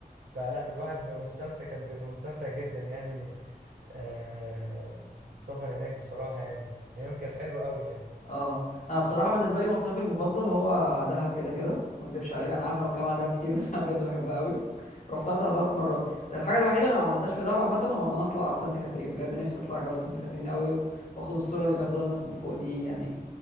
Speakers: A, on the right; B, on the left.
A: فلا الواحد بيبقى مستمتع كان بيبقى مستمتع جدا يعني آه السفر هناك بصراحه يعني ايام كانت حلوه قوي يعني
B: اه انا بصراحه بالنسبه لي مصيفي المفضل هو دهب كده كده ما اكدبش عليك انا عارف
A: اه
B: انا بتكلم على دهب كتير بس انا بجد بحبها قوي رحتها بتاع ثلاث مرات الحاجه الوحيده اللي ما عملتهاش في دهب عامه هو ان انا اطلع سانت كاترين بجد نفسي اطلع جبل سانت كاترين قوي واخد الصوره اللي بياخدوها الناس من فوق دي يعني